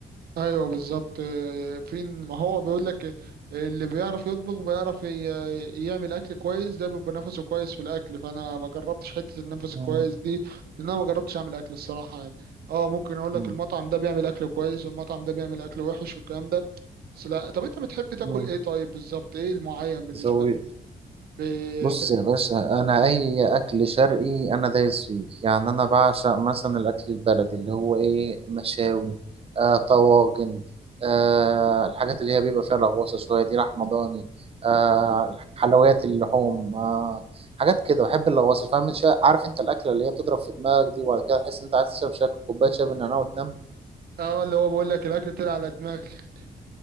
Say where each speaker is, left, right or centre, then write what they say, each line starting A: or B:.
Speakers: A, on the right; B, on the right.
A: ايوه بالظبط آه، فين ما هو بيقول لك اللي بيعرف يطبخ بيعرف ي- يعمل اكل كويس ده بيبقى نفسه كويس في الاكل فانا ما جربتش حته النفس
B: مم.
A: الكويس دي لان انا ما جربتش اعمل اكل الصراحه يعني اه ممكن اقول لك
B: مم.
A: المطعم ده بيعمل اكل كويس والمطعم ده بيعمل اكل وحش والكلام ده بس لا طب انت بتحب تاكل
B: مم.
A: ايه طيب بالظبط ايه المعين بالنسبه
B: زوي
A: لك بحب
B: بص يا باشا أنا أي أكل شرقي أنا دايس فيه يعني أنا بعشق مثلا الأكل البلدي اللي هو إيه مشاوي آه طواجن آه الحاجات اللي هي بيبقى فيها لغوصة شوية دي لحمة ضاني آه حلويات اللحوم آه حاجات كده بحب اللغوصة فاهم شا- عارف أنت الأكلة اللي هي بتضرب في دماغك دي وبعد كده تحس أنت عايز تشرب شاي كوباية شاي بالنعناع وتنام
A: اه اللي هو بقول لك الاكل طلع على دماغي <laughs>